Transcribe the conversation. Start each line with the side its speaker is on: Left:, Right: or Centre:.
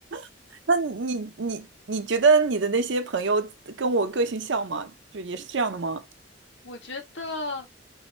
Right: <laughs> 那你你你觉得你的那些朋友跟我个性像吗？就也是这样的吗？
Left: 我觉得，